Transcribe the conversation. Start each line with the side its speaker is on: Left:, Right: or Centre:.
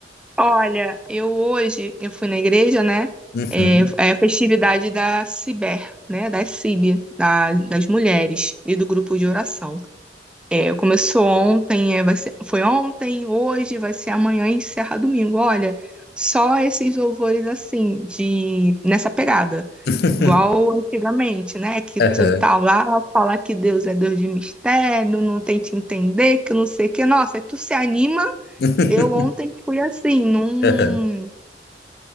Centre: Olha, eu hoje, eu fui na igreja, né?
Left: Uhum.
Centre: É, é a festividade da Ciber, né? Da CIB, da- das mulheres e do grupo de oração. É, começou ontem, é, vai ser, foi ontem, hoje, vai ser amanhã e encerra domingo. Olha, só esses louvores assim, de, nessa pegada.
Left: <laughs>
Centre: Igual antigamente, né? Que
Left: Aham.
Centre: tu tá lá, fala que Deus é Deus de mistério, não tem te entender, que não sei o que. Nossa, aí tu se anima.
Left: <laughs>
Centre: Eu ontem fui assim, num.
Left: Aham.